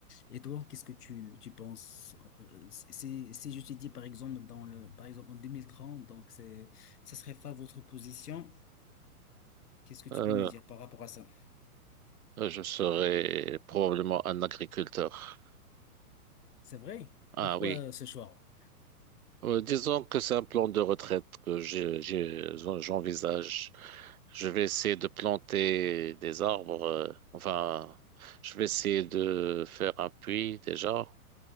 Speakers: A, on the left (about 85°); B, on the right (about 65°).
A: Et toi, qu'est-ce que tu, tu penses? euh, Si, si je te dis, par exemple, dans le, par exemple, en deux mille trente donc c'est, ça serait pas votre position, qu'est-ce que tu
B: Euh,
A: peux me dire par rapport à ça?
B: euh, je serai probablement un agriculteur.
A: C'est vrai?
B: Ah
A: Pourquoi
B: oui.
A: euh, ce choix?
B: Euh, disons que c'est un plan de retraite que j'ai, j'ai- j'envisage. Je vais essayer de planter des arbres. euh, enfin, je vais essayer de faire un puits déjà